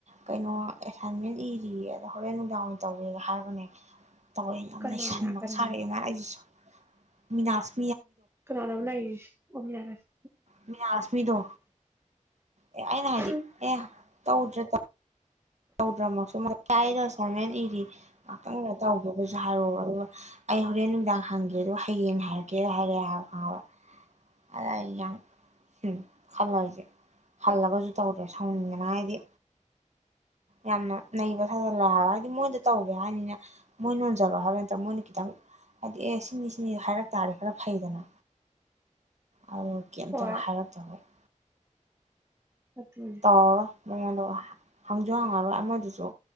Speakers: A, on the right; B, on the right.
A: ꯀꯩꯅꯣ ꯑꯦꯁꯥꯏꯟꯃꯦꯟ ꯏꯔꯤꯌꯦ ꯑꯗꯣ ꯍꯣꯔꯦꯟ ꯅꯨꯡꯗꯥꯡ ꯇꯧꯒꯦ ꯍꯥꯏꯔꯒꯅꯦ ꯊꯧ ꯌꯥꯝ
B: ꯀꯅꯥꯅ
A: ꯂꯩꯩꯁꯟꯕꯒ
B: ꯀꯅꯥꯅ
A: ꯁꯥꯔꯛꯑꯦ ꯃꯥ ꯑꯩꯁꯨ ꯃꯤꯅꯥꯁ
B: ꯀꯅꯥꯥꯅꯣꯕ ꯅꯩꯔꯤꯁꯦ ꯎꯃ ꯃꯤꯟꯅꯔꯥꯁ
A: ꯃꯤꯅꯂꯛꯁꯃꯤꯗꯣ ꯑꯦ ꯑꯩꯅ ꯍꯥꯏꯗꯤ
B: ꯎꯝ
A: ꯑꯦ ꯇꯧꯗ꯭ꯔꯦ ꯇꯧ ꯇꯧꯗ꯭ꯔꯃꯛꯁꯨ ꯃꯥ ꯑꯩꯗꯣ ꯑꯦꯁꯥꯏꯟꯃꯦꯟꯠ ꯏꯔꯤ ꯉꯍꯥꯛꯇꯪ ꯂꯩꯔ ꯇꯧꯒꯦꯗꯁꯨ ꯍꯥꯏꯔꯛꯑꯣꯕ ꯑꯗꯨꯒ ꯑꯩ ꯍꯣꯔꯦꯟ ꯅꯨꯡꯗꯥꯡ ꯍꯪꯒꯦꯗꯨꯒ ꯍꯌꯦꯡ ꯍꯥꯏꯔꯛꯀꯦꯒ ꯍꯥꯏꯔꯛꯦ ꯍꯥꯏꯕ ꯈꯪꯉꯥꯕ ꯑꯗꯥ ꯑꯩꯗꯣ ꯌꯥꯝ ꯎꯝ ꯈꯜꯂꯥꯁꯦ ꯍꯜꯂꯥꯒꯁꯨ ꯇꯧꯗ꯭ꯔꯦ ꯁꯥꯎꯅꯤꯡꯗꯅ ꯍꯥꯏꯗꯤ ꯌꯥꯝꯅ ꯅꯩꯕ ꯁꯥꯖꯜꯂꯦ ꯍꯥꯏꯕ ꯍꯥꯏꯗꯤ ꯃꯣꯏꯗ ꯇꯧꯒꯦ ꯍꯥꯏꯕꯅꯤꯅ ꯃꯣꯏ ꯅꯣꯟꯖꯔꯣ ꯍꯥꯏꯕ ꯅꯠꯇꯕ ꯃꯣꯏꯅ ꯈꯤꯇꯪ ꯍꯥꯏꯕꯗꯤ ꯑꯦ ꯁꯤꯅꯤ ꯁꯤꯅꯤ ꯍꯥꯏꯔꯛ ꯇꯥꯔꯗꯤ ꯈꯔ ꯐꯩꯗꯅ ꯑꯗꯨ ꯀꯦꯝꯇꯒꯥ
B: ꯍꯣꯏ
A: ꯍꯥꯏꯔꯛꯇꯥꯕ <inaudible>
B: ꯑꯗꯨꯅꯦ
A: ꯇꯧꯔꯔꯣꯢ ꯃꯉꯣꯟꯗ ꯍꯪꯁꯨ ꯍꯪꯉꯥꯔꯣꯏ ꯑꯃꯗꯨꯁꯨ